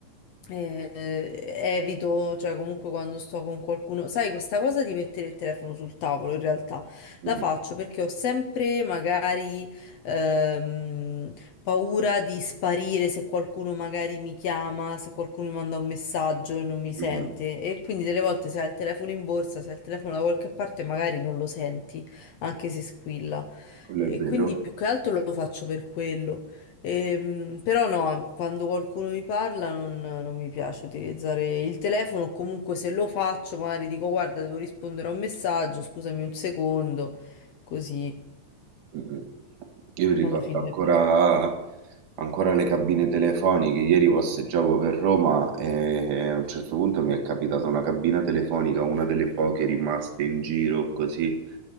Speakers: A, on the left (about 65°); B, on the right (about 75°).
A: Eh, eh, evito, cioè comunque quando sto con qualcuno, sai, questa cosa di mettere il telefono sul tavolo in realtà
B: mhm,
A: la faccio perché ho sempre magari ehm, paura di sparire se qualcuno magari mi chiama, se qualcuno mi manda un messaggio e non mi sente
B: mhm,
A: e quindi delle volte se hai il telefono in borsa, se hai il telefono da qualche parte magari non lo senti, anche se squilla.
B: quello
A: E
B: è vero.
A: quindi più che altro lo faccio per quello. Ehm, però no, quando qualcuno mi parla non, non mi piace utilizzare il telefono, o comunque se lo faccio magari dico guarda devo rispondere a un messaggio, scusami un secondo, così
B: Mh-mh. Io mi ricordo
A: alla fine
B: ancora ancora le cabine telefoniche. Ieri passeggiavo per Roma e a un certo punto mi è capitata una cabina telefonica, una delle poche rimaste in giro così,